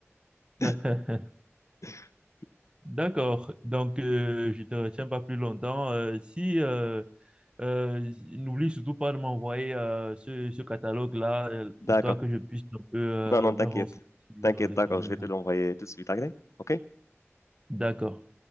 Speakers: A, on the left (about 85°); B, on the right (about 20°).
A: <laughs>
B: <laughs> D'accord. Donc, euh, je te retiens pas plus longtemps. Euh, si, euh, euh, n'oublie surtout pas de m'envoyer euh, ce, ce catalogue-là, euh,
A: D'accord.
B: histoire que je puisse un peu euh,
A: Non, non,
B: me
A: t'inquiète.
B: renseigner
A: T'inquiète,
B: sur la
A: d'accord,
B: cuisine.
A: je vais te l'envoyer tout de suite, ok? Ok?
B: D'accord.